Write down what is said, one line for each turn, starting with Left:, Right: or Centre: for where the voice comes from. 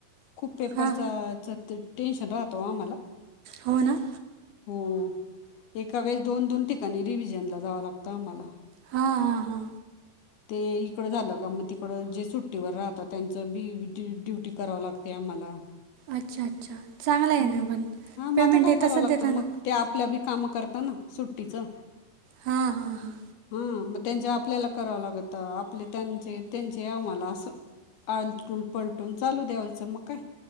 Left: खूप पेपरचाच
Right: हां
Left: ते टेन्शन राहतं आम्हाला
Right: हो ना
Left: हो एका वेळेस दोन दोन ठिकाणी रिव्हजनला जाव लागतं आम्हाला
Right: हा हा हा
Left: ते इकडं झालं का मग तिकडं जे सुट्टीवर राहतात त्यांचं बी ड ड्युटी करावं लागते आम्हाला
Right: अच्छा अच्छा चांगला आहे
Left: हं.
Right: ना पण
Left: हां मग
Right: पेमेंट
Left: आता काय
Right: आहे
Left: करावं
Right: तसंच
Left: लागतं
Right: देताना
Left: मग ते आपल्या बी कामं करतात ना सुट्टीचं
Right: हा हा हा
Left: हा मग त्यांचे आपल्याला करावं लागत आपले त्यांचे त्यांचे याव मला असं आलटून पलटून चालू द्यायचं मग काय